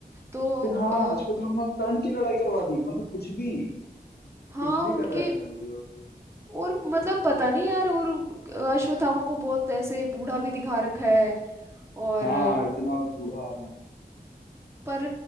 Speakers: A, on the right; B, on the left.
A: तो
B: फिर हाँ
A: अ,
B: अश्वत्थामा और कर्ण की लड़ाई करवा दी मतलब कुछ भी
A: हाँ
B: कुछ भी करवा
A: उनकी
B: रहे हैं वो लोग
A: और मतलब पता नहीं यार और अश्वत्थामा को बहुत ऐसे बूढ़ा भी दिखा रखा है और
B: हाँ इतना बूढ़ा
A: पर